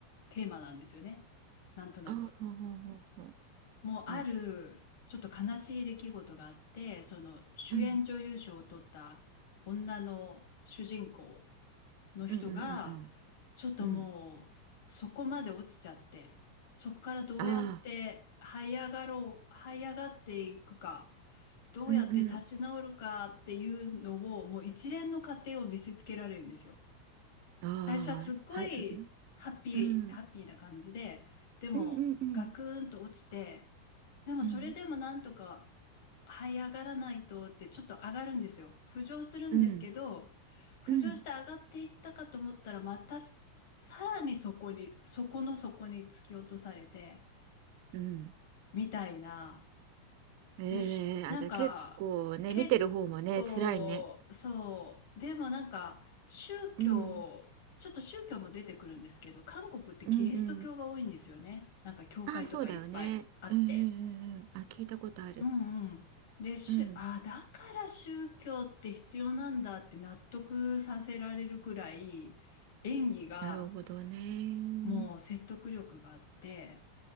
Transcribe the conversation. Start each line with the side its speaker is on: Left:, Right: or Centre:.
Left: テーマなんですよね。なんとなく。
Right: あ、ほうほうほうほう。
Left: もうある、
Right: うん、
Left: ちょっと悲しい出来事があって、その主演女優賞を取った女の主人公
Right: うん、
Left: の人が、
Right: うん、うん、うん、うん。
Left: ちょっともうそこまで落ちちゃって、
Right: うん
Left: そこからどうやって這い上がろう、
Right: ああ
Left: 這い上がっていくか、どうやって立ち直るかっていうのを、
Right: うんうん。
Left: もう一連の過程を見せつけられるんですよ。
Right: あ、ああ、
Left: 最初はすっごいハッピー、
Right: はい、そうだね。うん。
Left: ハッピーな感じで、でもガクーンと落ちて、
Right: うんうんうん
Left: でもそれでもなんとか
Right: うん
Left: 這い上がらないとってちょっと上がるんですよ。浮上するんですけど、
Right: うん
Left: 浮上して上がっていったかと思ったらまたすさらにそこに、
Right: うん
Left: そこの底に突き落とされて、
Right: うん
Left: みたいな
Right: ええあじゃあ結構ね見てる方もね辛いね
Left: でし、なんか、結構、そう、でもなんか、宗教、
Right: うん
Left: ちょっと宗教も出てくるんですけど、韓国ってキリスト教が多いんですよね。
Right: うんうん
Left: なんか教会とかいっぱいあって。
Right: ああそうだよねうんうんうんうんあ聞いたことある
Left: うんうん。で、しゅ、
Right: うん
Left: あ、だから宗教って必要なんだって納得させられるくらい、演技が
Right: なるほどねうん
Left: もう説得力があって、